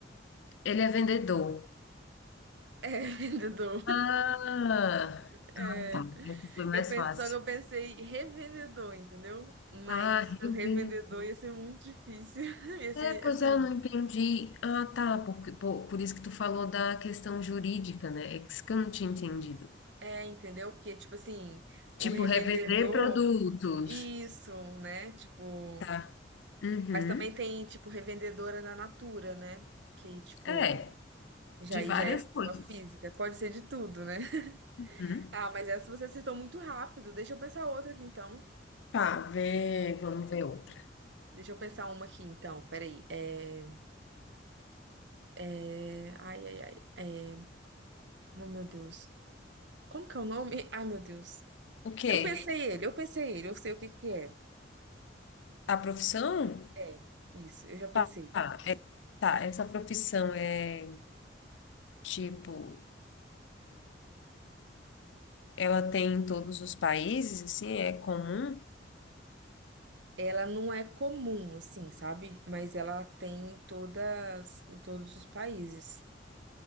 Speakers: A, on the left; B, on the right.
A: Ele é vendedor.
B: É <laughs> vendedor.
A: Ah,
B: É,
A: ah, tá. Essa foi mais
B: eu pensei,
A: fácil.
B: só que eu pensei revendedor, entendeu? Mas
A: Ah,
B: o
A: revendedor.
B: revendedor ia ser muito difícil. <laughs> Ia ser,
A: É, pois
B: assim,
A: é, eu não entendi. Ah, tá, porque, por, por isso que tu falou da questão jurídica, né? É isso que eu não tinha entendido.
B: é, entendeu? Porque, tipo assim, o
A: Tipo,
B: revendedor,
A: revender produtos.
B: isso, né? Tipo,
A: Tá. Uhum.
B: mas também tem, tipo, revendedora da Natura, né? Que, tipo,
A: É,
B: já
A: de
B: aí
A: várias
B: já é pessoa
A: coisas.
B: física. Pode ser de tudo, né? <laughs>
A: Uhum.
B: Ah, mas essa você acertou muito rápido. Deixa eu pensar outra aqui, então.
A: Tá, vê, vamos ver outra.
B: Deixa eu pensar uma aqui, então. Peraí. É, é, ai, ai, ai. É, oh, meu Deus. Como que é o nome? <laughs> Ai, meu Deus.
A: O quê?
B: Eu pensei ele, eu pensei ele, eu sei o que que é.
A: A profissão?
B: É, isso, eu já pensei.
A: Tá. tá, é- tá, essa profissão é tipo, ela tem em todos os países, assim, é comum?
B: Ela não é comum, assim, sabe? Mas ela tem em todas, em todos os países.